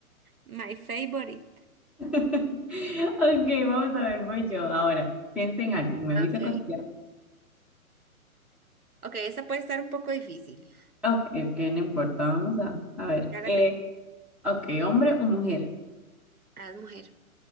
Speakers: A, on the right; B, in the centre.
A: My favorite.
B: <laughs> Ok, vamos a ver, voy yo ahora. Piensa en alguien, me avisa
A: ok.
B: cuando ya.
A: Ok, esa puede estar un poco difícil.
B: Ok, ok, no importa, vamos a, a ver.
A: Ya la
B: Eh,
A: tengo.
B: ok, hombre o mujer.
A: Ah, es mujer.